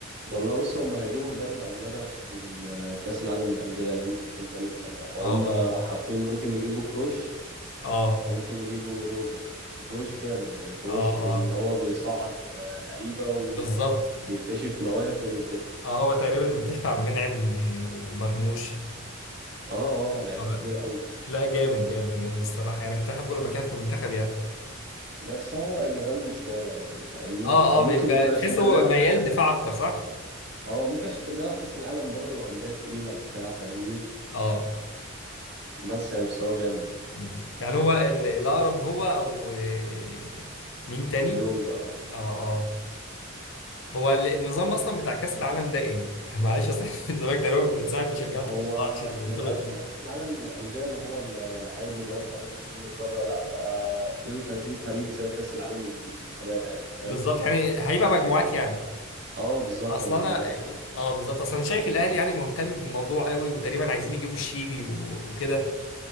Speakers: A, on the right; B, on the left.
A: والله بص هم هيجيبوا مدرب اجنبي عشان كاس العالم للانديه الانتركونتيننتال ده فهم
B: اه
A: حاطين ممكن يجيبوا كروش
B: اه
A: او ممكن يجيبوا روزا بس كروش جامد يعني كروش
B: اه
A: في ان
B: اه
A: هو بيصعد آه، لعيبه وبيكتشف
B: بالظبط
A: مواهب جامد جدا
B: اه هو تقريبا مكتشف عبد المنعم آه، ومرموش
A: اه اه لعيبه
B: اه
A: كتير قوي
B: لا جامد جامد جامد الصراحه يعني كنت احبه لما كان في المنتخب يعني
A: بس هو جبان شويه برضه فاهمني
B: اه
A: او
B: اه
A: ممكن
B: بيبقى
A: يكون
B: تحس
A: عشان كان
B: هو
A: بيلعب
B: ميال
A: كاس العالم
B: دفاع اكتر صح؟
A: اه ممكن عشان كان بيلعب كأس العالم برضه وأندية تقيلة وبتاع فاهمني
B: اه
A: بس يعني بس هو جامد
B: مم. يعني هو ال- الاقرب هو او آه، آه، مين تاني؟
A: روزا اه
B: اه اه هو ال- النظام اصلا بتاع كاس العالم ده ايه؟ <laughs> معلش اصل <laughs> الزمالك تقريبا من ساعه ما شجعته
A: هو
B: ما طلعتش البطوله
A: ما بقاش
B: دي
A: كأس العالم للأندية اللي هو ال- العادي اللي هو فريق من كل قارة لا بقى 32 فريق زي كأس العالم للمنتخبات عادي فاهم
B: بالظبط يعني هيبقى مجموعات يعني
A: اه بالظبط
B: اصل
A: المجموعات
B: انا اه بالظبط اصل انا شايف الاهلي يعني مهتم بالموضوع قوي وتقريبا عايزين يجيبوا الشيبي و- وكده